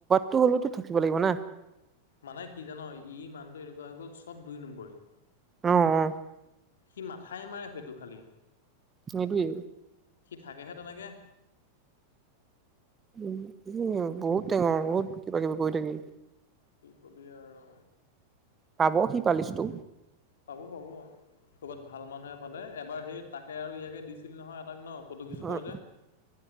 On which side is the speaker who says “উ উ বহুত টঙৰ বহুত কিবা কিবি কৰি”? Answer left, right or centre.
Right